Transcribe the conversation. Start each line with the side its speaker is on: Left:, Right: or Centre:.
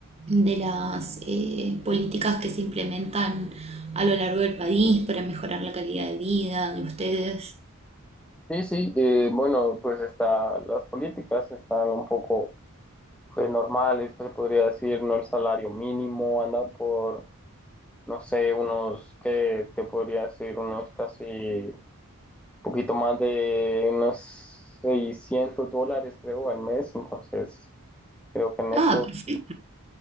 Right: de las eh, políticas que se implementan a lo largo del país para mejorar la calidad de vida de ustedes?
Centre: Sí, sí, eh, bueno, pues está, las políticas están un poco pues normales, pues se podría decir, no el salario mínimo, andan por no sé, unos, que te podría decir? Unos casi, poquito más de unos 600 dólares, creo, al mes. Entonces, creo que en
Right: Ah,
Centre: eso,
Right: perfecto.
Centre: sí,